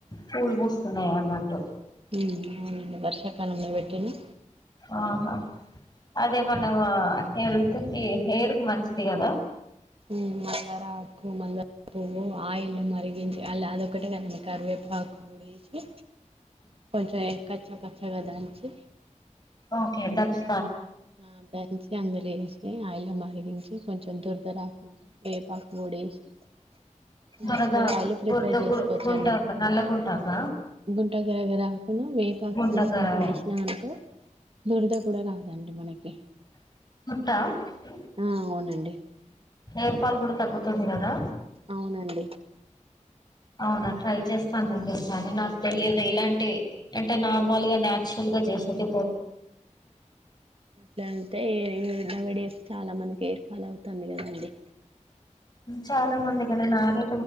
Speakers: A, on the left (about 30°); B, on the right (about 45°).
A: పూలు పూస్తున్నాయి అన్నట్టు
B: హ్మ్ అవునండి వర్షాకాలంలో పెట్టినా
A: ఆహా అదే మన హెల్త్ కి హెయిర్ కు మంచిది కదా
B: హ్మ్ మందార ఆకు మందారపువ్వు ఆయిల్లో మరిగించి అల్ అదొకటే కాదండి కరివేపాకు కూడా ఎసి కొంచెం కచ్చా పచ్చగా దంచి
A: ఓకే దంచి
B: ఆ దంచి అందులో వేసి ఆయిల్లో మరి వేగించి కొంచెం దురద రాకు వేపాకు కూడా వేసి నేచురల్
A: దురద
B: ఆయిల్ ప్రిపేర్
A: గుర్త
B: చేసుకోవచ్చండి
A: గు గుంటాక నల్ల గుంటాక
B: గుంటగరగరా ఆకు వేపాకు
A: గుంటకరా
B: కూడా కొంచెం వేసినా అనుకో దురద కూడా రాదండి మనకి
A: <unintelligible>
B: ఆ అవునండి
A: హేర్ ఫాల్ కూడా తగ్గుతుంది కదా
B: అవునండి
A: అవునా ట్రై చేస్తానండి కానీ నాకు తెలియదు ఇలాంటివి అంటే నార్మల్ గా నాచురల్ గా చేసేటి
B: గంతే ఈ నౌ ఎ డేస్ చాలా మందికి అలా అవుతంది కదండి
A: చాలా మంది కానీ నాది